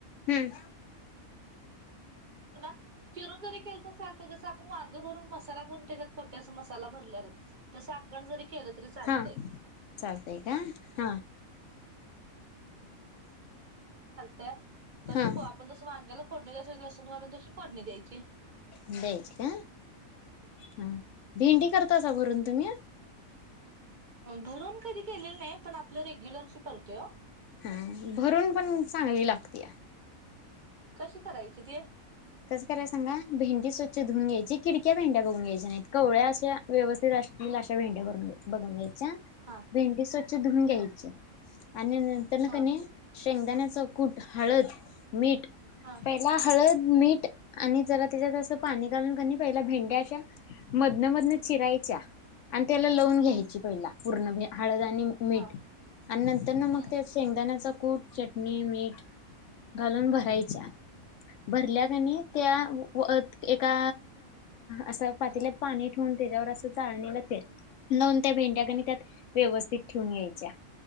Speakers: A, on the left; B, on the right.
A: हम्म
B: पु्हा चीरून जरी केल तर चालत जस आपण वांग भरून मसाला करून त्याच्यात कर अस मसाला भरले ज त सा आपण जरी घ क चालत
A: हा चालतंय का हा
B: त
A: हा
B: आपण जसं वांगाला फोडणी ून तशी फोडणी द्यायची
A: द्यायची का हा भिंडी करता अस भरून तुम्ही
B: भरून कधी केलेलं नाही पण आपलं रेग्युलर करतोय
A: हा भरून पण चांगली लागते
B: कशी करायची ते
A: कसं कराय सांग भेंडी स्वच्छ धुन घ्यायची किडक्या भें्या बघून घ्यायच्या नाहीत कवळ्या अशा व्यवस्थित असतील अशा भेंड्या भरून बघून घ्याय
B: हा
A: भेंडी स्वच्छ धुून घ्यायचे
B: ह
A: आणि नंतर
B: हा
A: क शेंगदाण्याचा कूट हळद मीठ
B: हा
A: पहिला हळद मी आणि जरा त्याच्यात पाणी घालून कनी पहिल्या भेंड्या अशा मधन मधन चिरायच्या आणि त्याला लावून घ्यायची
B: हम्म
A: पहिला पूर्ण भ हळद आणि मीठ
B: हा
A: आणि नंतर ना मग
B: हम्म
A: त्या शेंगदाण्याचा कुट, चटणी -मीठ घालून भरायच्या भरल्या कधी त्या व एका असं पातीलात पाणी ठेवून त्याच्यावर असं चाळणीला तेल लाऊन, त्या भेंड्याकणी त्यात व्यवस्थित ठेवून घ्यायच्या